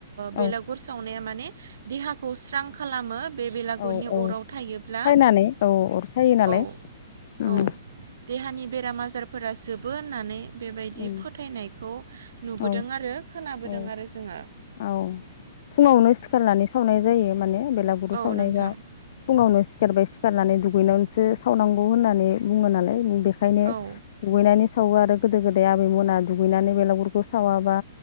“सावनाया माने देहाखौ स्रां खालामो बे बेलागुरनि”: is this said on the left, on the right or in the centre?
Right